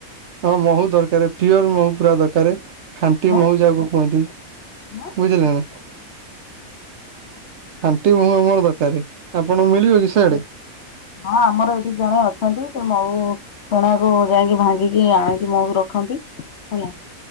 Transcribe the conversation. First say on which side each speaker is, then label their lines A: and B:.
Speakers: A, on the right; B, on the left.
A: ହଁ ମହୁ ଦରକାରେ ପିଓର ମହୁ ପୁରା ଦରକାରେ ଖାଣ୍ଟି
B: ଆଁ
A: ମହୁ ଯାହାକୁ କୁହନ୍ତି।
B: ହଁ
A: ବୁଝିଲେ ନା? ଖାଣ୍ଟି ମହୁ ଆମର ଦରକାରେ। ଆପଣଂ ମିଳିବ କି ସେଆଡେ?
B: ହଁ ଆମର ଏଠି ଜଣେ ଅଛନ୍ତି ସେ ମଉ ଫେଣାକୁ ଯାଇଁକି ଭାଙ୍ଗିକି ଆଣିକି ମହୁ ରଖନ୍ତି ହେଲା।